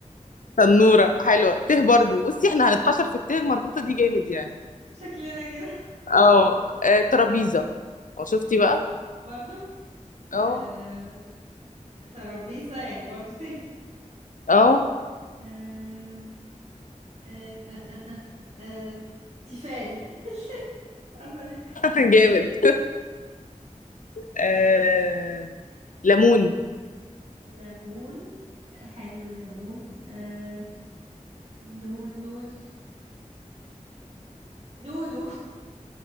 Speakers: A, on the left (about 80°); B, on the right (about 55°).
A: تنورة حلوة ت برضو بصي احنا هنتحشر في الت المربوطة دي جامد يعني
B: <laughs> شكلنا كده
A: اه آه، ترابيزة وشفتي بقى
B: برضو
A: اه
B: آه ترابيزه يعني برضو ته
A: اه
B: آه آه، آه، آه، آه، آه، تيفال <laughs> مش عارفة ليه
A: <laughs> جامد آه... ليمون
B: ليمون حلو ليمون آه نون نون نونو